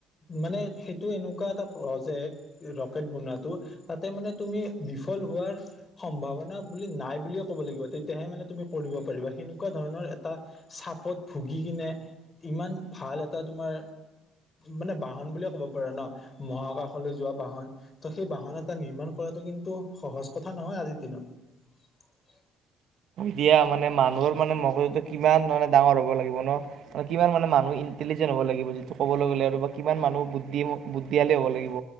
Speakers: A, on the left (about 30°); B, on the right (about 65°).
A: মানে সেইটো এনেকুৱা এটা প্ৰজেক্ট ৰকেট বনোৱাটো তাতে মানে তুমি বিফল হোৱাৰ সম্ভাৱনা বুলি নাই বুলিয়ে ক'ব লাগিব তেতিয়াহে মানে তুমি কৰিব পাৰিবা সেনেকুৱা ধৰণ ৰ এটা চাপত ভুগি কিনে ইমান ভাল এটা তোমাৰ মানে বাহন বুলিয়ে ক'ব পাৰে ন মহাকাশলৈ যোৱা বাহন। ত সেই বাহন এটা নিৰ্মাণ কৰাটো কিন টো সহজ কথা নহয় আজিৰ দিনত।
B: দিয়া মানে মানুহৰ মানে মগজুটো কিমান মানে ডাঙৰ হ'ব লাগিব ন মানে কিমান মানে মানুহ ই টিলিজেন হব লাগিব যিটো কবলৈ গ'লে কিমান মানুহ বুদ্ধিমো বুদ্ধিশালী হ'ব লাগিব।